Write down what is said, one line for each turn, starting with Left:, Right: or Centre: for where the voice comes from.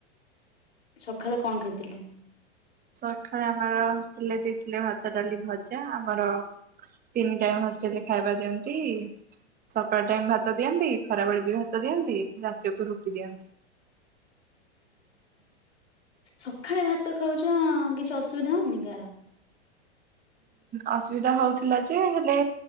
Left: ସକାଳୁ କଣ ଖାଇଥିଲୁ?
Right: ସକାଳେ ଆମର ହଷ୍ଟେଲରେ ଦେଇଥିଲେ ଭାତ ଡାଲି ଭଜା ଆମର ତିନି ଟାଇମ ହଷ୍ଟେଲରେ ଖାଇବା ଦିଅନ୍ତି। ସକାଳ ଟାଇମ ଭାତ ଦିଅନ୍ତି ଖରାବେଳେ ବି ଭାତ ଦିଅନ୍ତି ରାତିକୁ ରୁଟି ଦିଅନ୍ତି।
Left: ସକାଳେ ଭାତ ଖାଉଛ କିଛି ଅସୁବିଧା ହଉନି କାହାର
Right: ଅସୁବିଧା ହଉଥିଲା ଯେ ହେଲେ